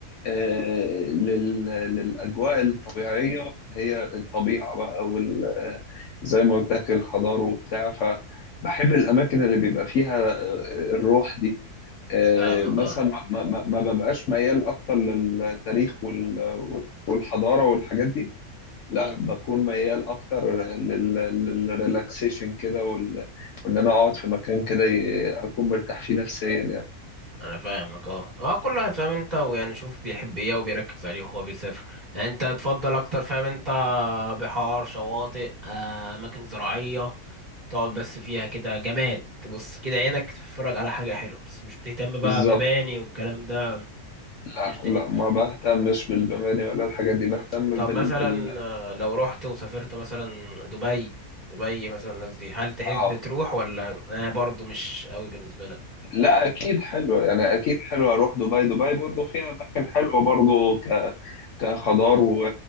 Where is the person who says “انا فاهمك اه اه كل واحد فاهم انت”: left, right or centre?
Right